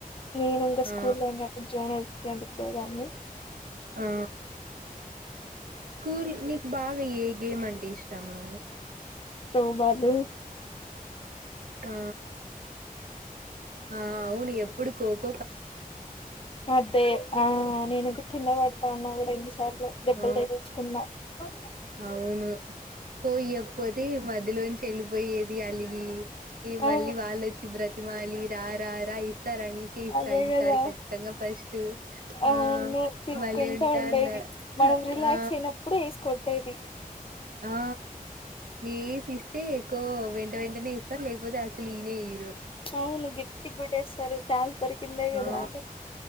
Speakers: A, on the left (about 35°); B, on the right (about 70°).
A: నేను ఇంకా
B: ఆ
A: స్కూల్ లో ఉన్నప్పుడు జోనల్స్ ఎందుకుపోయేదాన్ని
B: ఆ స్కూల్ నీకు బాగా ఏ గేమ్ అంటేష్ట ఇష్టము
A: తో బాటు
B: ఆ ఆ అవును ఎప్పుడు కో
A: అదే ఆ నేనుది కింద పడతా ఉన్నా కూడా ఎన్నిసార్లు దెబ్బలు
B: ఆ
A: తగిలిచుకున్నా బ
B: అవును కోయ్యకపోతే మధ్యలోంచి వెళ్ళిపోయేది అలిగి ఈ
A: ఆ
B: మళ్ళీ వాళ్ళొచ్చి బ్ర వాలి రా రా రా ఇస్తారా నక ఇస్తా
A: అదే
B: ఈసారి
A: కదా
B: ఖచ్చితంగా ఫస్ట్
A: అవును
B: ఆ
A: తిరుక్కుంటా
B: బలేఉంటాండ
A: ఉండేది మనం రిలాక్స్
B: ఆ
A: అయినప్పుడు ఏసి కొట్టేది
B: ఆ ఏసి కొ వెంట వెంటనే ఇస్తారు లేకపోతే అసలు ఈనే ఈరు
A: అవును గట్టి కొట్టేస్తారు ఛాన్స్ దొరికిందే కదా
B: ఆ
A: అని